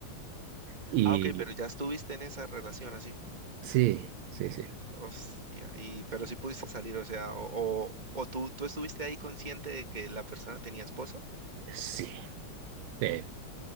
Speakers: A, on the right; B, on the right.
A: y
B: Ah, ok, pero ya estuviste en esa relación así.
A: sí, sí, sí.
B: Hostia, y, pero sí pudiste salir, o sea, o, o, o tú, tú estuviste ahí consciente de que la persona tenía esposo,
A: Sí, Sí,